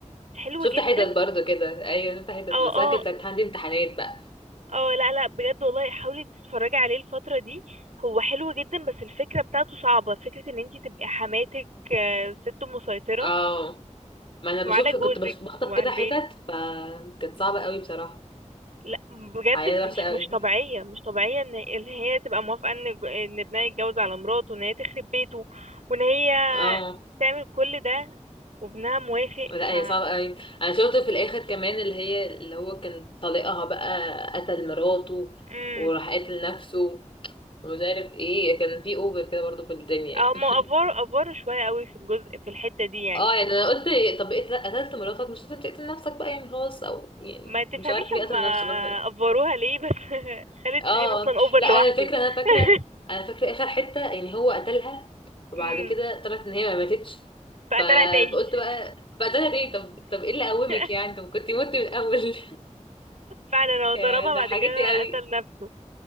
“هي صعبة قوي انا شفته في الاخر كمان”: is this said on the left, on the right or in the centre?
Left